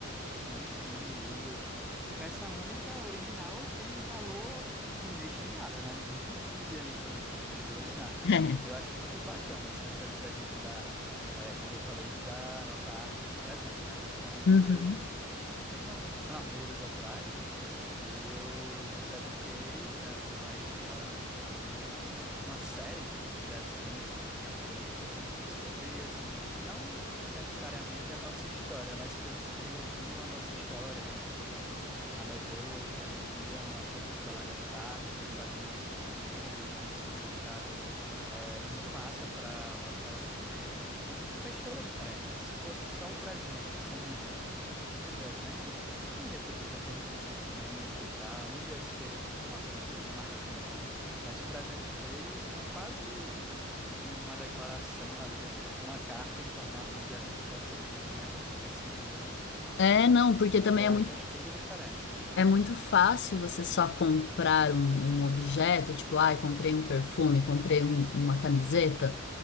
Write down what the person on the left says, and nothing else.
É.
Uhum.
É, não, porque
também
é
muito,
é muito fácil você só comprar um, um objeto, tipo, ai, comprei um perfume, comprei um- uma camiseta.